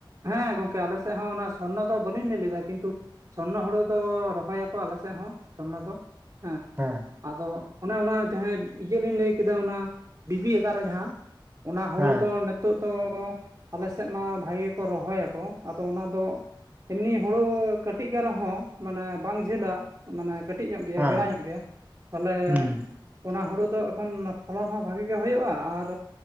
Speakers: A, on the right (about 35°); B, on the right (about 20°).
A: ᱦᱮᱸ ᱜᱚᱝᱠᱮ ᱟᱞᱮ ᱥᱮᱫ ᱦᱚᱸ ᱚᱱᱟ, ᱥᱚᱨᱱᱚ ᱫᱚ ᱵᱟᱹᱞᱤᱧ ᱞᱟᱹᱭ ᱞᱮᱫᱟ ᱠᱤᱱᱛᱩ ᱥᱚᱨᱱᱚ ᱦᱳᱲᱳ ᱫᱚ ᱨᱚᱦᱚᱭ ᱟᱠᱚ, ᱟᱞᱮ ᱥᱮᱫ ᱦᱚ ᱥᱚᱨᱱᱚ ᱫᱚ ᱦᱮ᱾
B: ᱦᱮᱸ,
A: ᱟᱫᱚ ᱚᱱᱮ ᱚᱱᱟ ᱡᱟᱦᱟᱸ ᱤᱭᱟᱹ ᱞᱤᱧ ᱞᱟᱹᱭ ᱠᱮᱫᱟ, ᱚᱱᱟ ᱵᱤᱵᱤ ᱟᱜᱟᱨ ᱨᱮ ᱡᱟᱦᱟᱸ᱾ ᱚᱱᱟ ᱦᱳᱲᱳ
B: ᱦᱮᱸ
A: ᱫᱚ ᱱᱤᱛᱚᱜ ᱫᱚ, ᱟᱞᱮ ᱥᱮᱫ ᱢᱟ ᱵᱷᱟᱹᱜᱮ ᱠᱚ ᱨᱚᱦᱚᱭᱟᱠᱚ ᱟᱫᱚ ᱚᱱᱟ ᱫᱚ᱾ ᱮᱢᱱᱤ ᱦᱳᱲᱳ ᱠᱟᱹᱴᱤᱡ ᱜᱟᱱ ᱨᱮᱦᱚᱸ, ᱢᱟᱱᱮ ᱵᱟᱝ ᱡᱷᱟᱹᱞᱟ᱾ ᱢᱟᱱᱮ ᱠᱟᱹᱴᱤᱡ ᱧᱚᱜ ᱜᱮᱭᱟ
B: ᱦᱮᱸ
A: ᱜᱮᱲᱟ ᱧᱚᱜ ᱜᱮᱭᱟ, ᱛᱟᱦᱚᱞᱮ
B: ᱦᱩᱸ
A: ᱚᱱᱟ ᱦᱩᱲᱩ ᱫᱚ ᱮᱠᱷᱚᱱ ᱯᱷᱚᱞᱚᱱ ᱦᱚᱸ ᱵᱷᱟᱜᱤ ᱜᱮ ᱦᱩᱭᱩᱜᱼᱟ ᱟᱨ